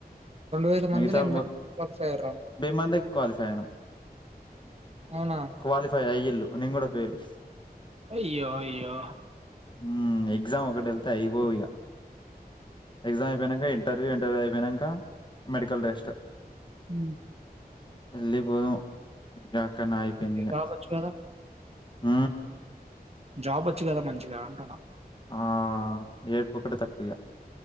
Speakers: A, on the right; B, on the left.
A: రెండు వేల మందిల,
B: మిగతా ఆళ్ళు
A: ఏనాబై
B: మొత్
A: మంది క్వాలిఫై అయ్యారా.
B: మందే క్వాలిఫై అయిన్నాం.
A: అవునా?
B: క్వాలిఫై అయిల్ నేను కూడా ఫెల్
A: అయ్యో అయ్యే
B: హు ఎగ్జామ్ ఒకటి వెళ్తే అయిపో ఇక ఎగ్జామ్ అయిపోయినంక ఇంటర్వ్యూ ఇంటర్వ్యూ అయిపోయినాక మెడికల్ టెస్ట్
A: ఉ
B: ఎల్లిపోదాం క్కనయిపోందిక
A: మీకు జాబొచ్చు గదా!
B: ఊ
A: జాబ్ వచ్చు కదా మంచిగా అంటున్నా
B: ఆ ఏడుపుఒకటి తక్కవాయిగా